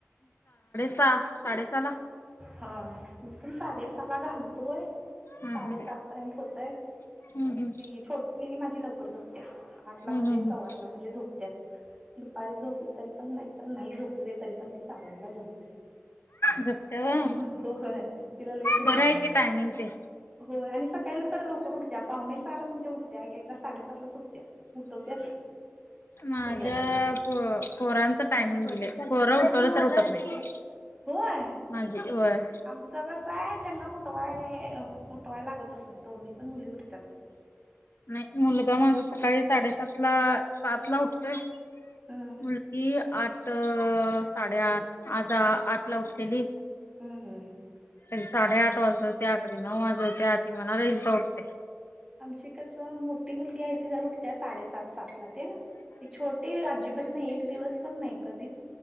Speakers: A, on the left; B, on the right.
A: सहा साडे सहा ला
B: हा पण साडे सात ला घालतोय
A: हम्म
B: साडेसात पर्यंत होतय.
A: हम्म हम्म हम्म.
B: ती छोट मुलगी माझी लवकर झोपत्या आठला
A: हम्म
B: म्हणजे
A: हम्म
B: सव्वा
A: हम्म
B: आठ ला म्हणजे झोपते. दुपारी झोपलं तरी पण नाही, नाही झोपू दे तरी पण ती साड्डे आठ ला झोपत्या
A: झोपते व्हय
B: म होय! तिला लई झोप
A: बरं
B: आहे
A: की टायमिंग ते
B: होय आणि स काहीला खरं लवकर. पाहुणे सहाला म्हणजे उठत्या एक एकदा साडेपाच लाच उठत्या. उठवत्याच
A: माझ्या
B: सगळ्यांना
A: पो पोरांच टायमिंग झालयं. पोर उठवलं तरी उठत नाही.
B: होय
A: माझी होय
B: आमचं कस आहे त्यांना उठवाय उठवाय लागत तस नाही दोन्ही पण मुली उठत्या त.
A: नाही मुलगा माझा सकाळी साडे सात त्याात ला सात ला उठतोय.
B: हम्म
A: मुलगी? आठ साडेआठ आज आठ ला उठलेली.
B: हम्म हम्म.
A: कधरी साडे आठ वाजवत अकरी नऊ वाजवत आ ती मनाला येइल तव्हा उठत्या.
B: आमची कसं मोठी मुलगी आहे ती जरा उठत्या साडेसात सातला ते ना ती छोटी अजिबात नाही एक दिवस... पण नाही कधीच